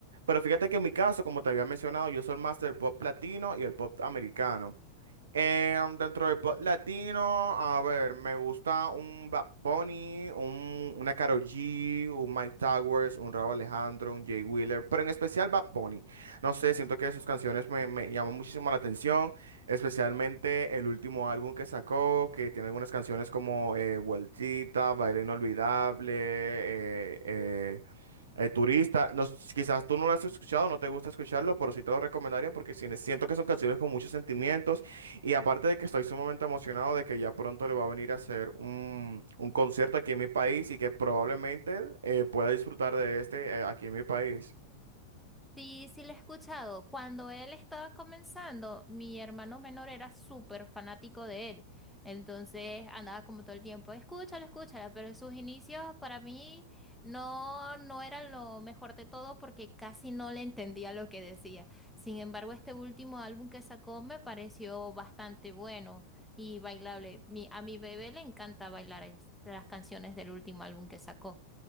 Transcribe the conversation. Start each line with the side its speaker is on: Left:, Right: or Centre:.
Right: Pero fíjate que en mi caso, como te había mencionado, yo soy más del pop latino y el pop americano. Eh, dentro del pop latino, a ver, me gusta un Bad Bunny, un, una Karol G, un Mike Towers, un Rauw Alejandro, un Jay Wheeler, pero en especial Bad Bunny. No sé, siento que sus canciones me, me llaman muchísimo la atención, especialmente el último álbum que sacó, que tiene algunas canciones como eh, Vueltita, Baile Inolvidable, eh, eh, eh, turista, no, s- quizás tú no lo has escuchado, no te gusta escucharlo, pero sí te lo recomendaría porque sí- siento que son canciones con muchos sentimientos y aparte de que estoy sumamente emocionado de que ya pronto le va a venir a hacer un, un concierto aquí en mi país y que probablemente eh, pueda disfrutar de este eh, aquí en mi país.
Centre: Sí, sí lo he escuchado. Cuando él estaba comenzando, mi hermano menor era súper fanático de él. Entonces andaba como todo el tiempo, escúchalo, escúchalo. Pero en sus inicios para mí no, no era lo mejor de todo porque casi no le entendía lo que decía. Sin embargo, este último álbum que sacó me pareció bastante bueno y bailable. Mi- a mi bebé le encanta bailar es- las canciones del último álbum que sacó.